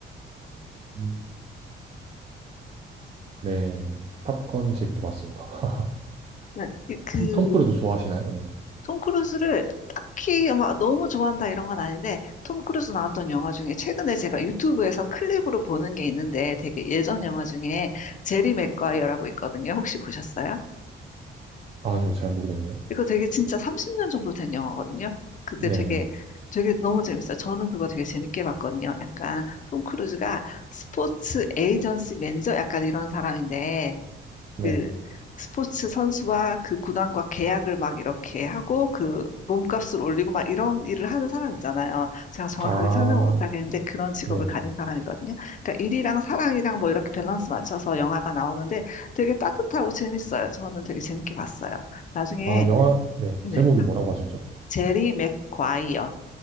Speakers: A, on the right; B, on the left.
A: 음, 네. 탑건 재밌게 봤습니다. <laughs>
B: 네, 이- 그,
A: 톰, 톰 크루즈 좋아하시나요? 네.
B: 톰 크루즈를 딱히 막 너무 좋아한다 이런 건 아닌데, 톰 크루즈 나왔던 영화 중에 최근에 제가 유튜브에서 클립으로 보는 게 있는데 되게 예전 영화 중에 제리 맥과이어라고 있거든요. 혹시 보셨어요?
A: 아니요, 잘 모르겠네요.
B: 이거 되게 진짜 30년 정도 된 영화거든요. 그때
A: 네.
B: 되게 되게 너무 재밌어요. 저는 그거 되게 재밌게 봤거든요. 약간 톰 크루즈가 스포츠 에이전시 매니저 약간 이런 사람인데
A: 네.
B: 그 스포츠 선수와 그 구단과 계약을 막 이렇게 하고 그 몸값을 올리고 막 이런 일을 하는 사람 있잖아요. 제가 정확하게
A: 아,
B: 설명을 못 하겠는데 그런 직업을
A: 네네.
B: 가진 사람이거든요. 그러니까 일이랑 사랑이랑 뭐 이렇게 밸런스 맞춰서 영화가 나오는데 되게 따뜻하고 재밌어요. 저는 되게 재밌게 봤어요. 나중에
A: 아, 영화, 네.
B: 네,
A: 제목이 뭐라고 하셨죠?
B: 제리 맥과이어.